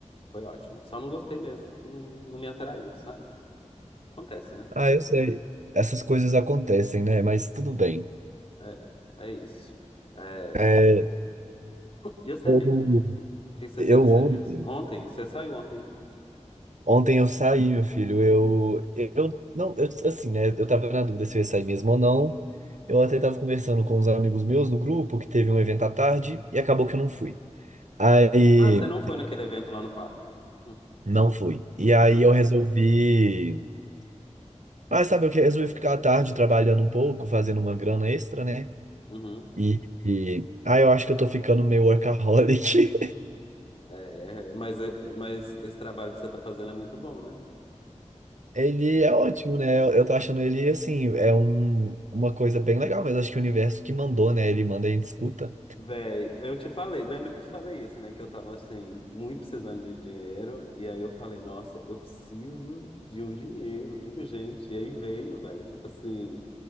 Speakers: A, on the left; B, on the right.
A: Foi ótimo. Só não gostei mesmo. Não, não me atraiu, sabe? Acontece, né?
B: Ah, eu sei. Essas coisas acontecem, né? Mas tudo bem.
A: É, é isso. É,
B: É,
A: E você,
B: eu,
A: amigo? O que que você
B: eu
A: fez esses
B: ontem,
A: dias? Ontem? Você saiu ontem, né?
B: ontem eu saí, meu filho. Eu, eu não, eu, assim, né? Eu tava na dúvida se eu ia sair mesmo ou não. Eu até tava conversando com uns amigos meus no grupo que teve um evento à tarde e acabou que eu não fui. Aí,
A: Ah, você não foi naquele evento lá no parque. Uhum.
B: não fui. E aí
A: Ah,
B: eu resolvi. Mas sabe o que? Resolvi ficar à tarde trabalhando um pouco, fazendo uma grana extra, né?
A: uhum.
B: E, e- ah, eu acho que eu tô ficando meio workaholic.
A: É, é, mas, é, mas esse trabalho que você tá fazendo é muito bom, né?
B: <laughs> Ele é ótimo, né? Eu, eu tô achando ele, assim, é um, uma coisa bem legal, mas acho que o universo que mandou, né? Ele manda e a gente escuta.
A: Véi, eu te falei, lembra que eu te falei isso, né? Que eu tava, assim, muito precisando de dinheiro. E aí eu falei, nossa, eu preciso de um dinheiro urgente. E aí veio, véi, tipo assim.